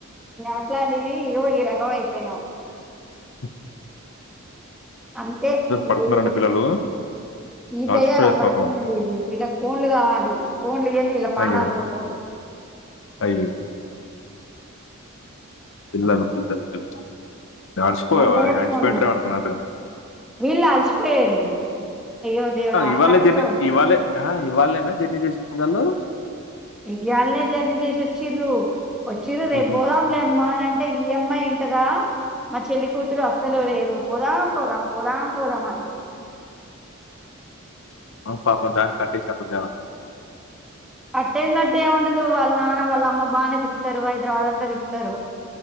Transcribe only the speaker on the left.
ఉ
పడుకున్నారండి పిల్లలు
అలసిపోయారు
పాపం
అయ్యో
అయ్యో పిల్లలు <unintelligible> నడిచిపోయి
అలసిపోయిన్నారనుకున
ఇవాళ
జర్ని
ఇవాళే ఇవాళ్ళేనా జర్నీ చేసొచ్చింది వాళ్ళు
మ్మ్.
ఆ పాప దాన కట్టేసినట్టు ఉందేమో